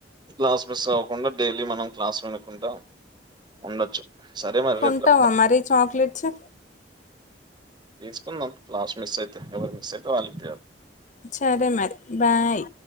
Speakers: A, on the right; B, on the left.
A: క్లాస్ మిస్ అవ్వకుండ డైలీ మనం క్లాస్ వినుక్కుంటాం ఉండొచ్చు సరే మరి
B: కొంటావ
A: రేపు కలుద్దాం
B: మరి చాక్లెట్స్
A: తీసుకుందాం క్లాస్ మిస్ అయితే ఎవరు మిస్ అయితే వాళ్ళు తీర్
B: సరే మరి బాయ్